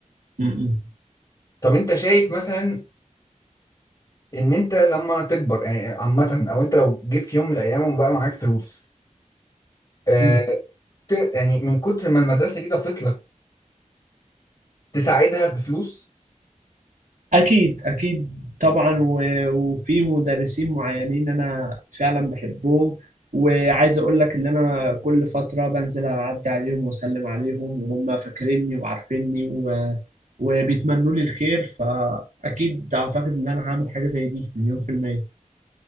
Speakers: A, on the right; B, on the left.
A: م- م.
B: طب انت شايف مثلا ان انت لما تكبر يعني عامه او انت لو جه في يوم من الايام وبقى معاك فلوس آه،
A: م.
B: ت- يعني من كتر ما المدرسه دي ضافت لك تساعدها بفلوس
A: أكيد أكيد طبعا و- وفي مدرسين معينين أنا فعلا بحبهم وعايز أقول لك إن أنا كل فترة بنزل أعدي عليهم وأسلم عليهم وهم فاكريني وعارفيني و... وبيتمنوا لي الخير فأكيد أعتقد إن أنا هعمل حاجة زي دي مليون في المية